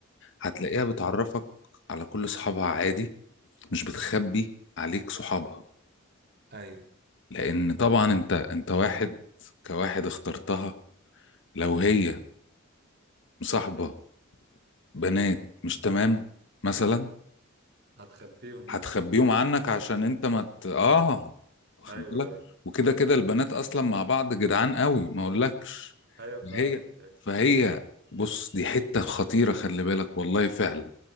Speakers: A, on the left (about 65°); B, on the right (about 55°).
A: هتلاقيها
B: مم.
A: بتعرفك على كل صحابها عادي مش بتخبي عليك صحابها
B: ايوه
A: لان طبعا انت انت واحد كواحد اخترتها لو هي
B: مم.
A: مصاحبه بنات مش تمام مثلا
B: هتخبيهم
A: هتخبيهم
B: مثلا
A: عنك عشان انت ما مت... اه واخد
B: ايوه
A: بالك
B: ايوه
A: وكده كده البنات اصلا مع بعض جدعان قوي ما اقولكش
B: ايوه فاهم
A: هي
B: فاهم
A: فهي بص دي حته خطيره خلي بالك والله فعلا